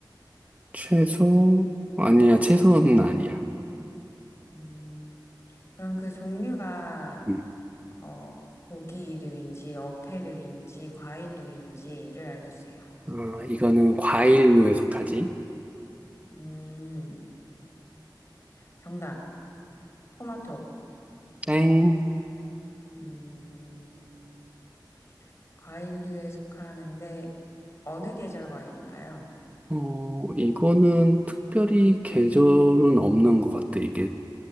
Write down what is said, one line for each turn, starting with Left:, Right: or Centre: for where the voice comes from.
Right: 채소, 아니야. 채소는 아니야.
Left: 음, 그럼 그 종류가,
Right: 음.
Left: 어, 고기류인지, 어패류인지, 과일류인지를 알려주세요.
Right: 아, 이거는 과일류에 속하지.
Left: 음, 정답. 토마토.
Right: 땡.
Left: 음, 과일류에 속하는데 어느 계절 과일인가요?
Right: 어, 이거는 특별히 계절은 없는 것 같아. 이게